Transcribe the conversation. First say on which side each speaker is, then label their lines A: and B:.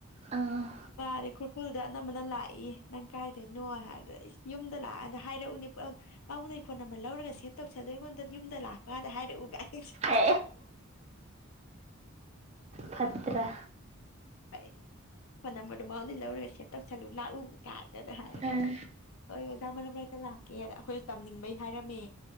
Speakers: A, on the right; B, on the left.
A: ꯑꯥ
B: ꯃꯥꯔꯦ ꯈꯨꯔꯈꯨꯜꯗ ꯑꯅꯝꯕꯅ ꯂꯥꯛꯏ ꯅꯪ ꯀꯥꯏꯗꯣꯏꯅꯣ ꯍꯥꯏꯕꯗ ꯑꯩ ꯌꯨꯝꯗ ꯂꯥꯛꯑꯥꯟꯗ ꯍꯥꯏꯔꯛꯎꯅꯤ ꯄꯥꯃꯨꯡꯅ ꯑꯩ ꯐꯣꯟ ꯅꯝꯕꯔ ꯂꯧꯔꯒ ꯁꯦꯚ ꯇꯧꯁꯜꯂꯣ ꯑꯩꯉꯣꯟꯗ ꯌꯨꯝꯗ ꯂꯥꯛꯄ ꯀꯥꯟꯗ ꯍꯥꯏꯔꯛꯎꯒꯥꯏ
A: ꯍ ꯐꯠꯇ꯭ꯔꯥ
B: ꯍꯥꯏ ꯐꯣꯟ ꯅꯝꯕꯔꯗꯨꯣ ꯃꯔꯣꯟꯗꯒꯤꯩ ꯂꯧꯔꯒ ꯁꯦꯚ ꯇꯧꯁꯜꯂꯨ ꯂꯥꯛꯎ ꯀꯥꯏꯗꯅ ꯍꯥꯏꯔꯦ
A: ꯎꯝ
B: ꯍꯣꯏ ꯑꯣꯖꯥ ꯃꯔꯝ ꯃꯔꯛꯇ ꯂꯥꯛꯀꯦꯗ ꯑꯩꯈꯣꯏꯁꯨ ꯇꯝꯅꯤꯡꯕꯩ ꯍꯥꯏꯔꯝꯃꯦ